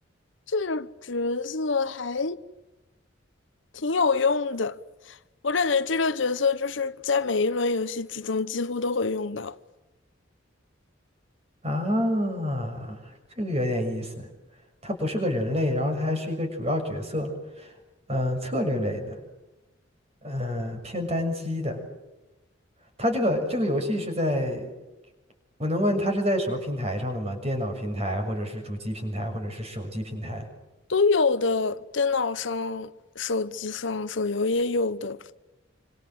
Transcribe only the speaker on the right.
啊，这个有点意思。他不是个人类，然后他还是一个主要角色，嗯、策略类的，嗯、偏单机的。它这个这个游戏是在，我能问它是在什么平台上的吗？电脑平台，或者是主机平台，或者是手机平台？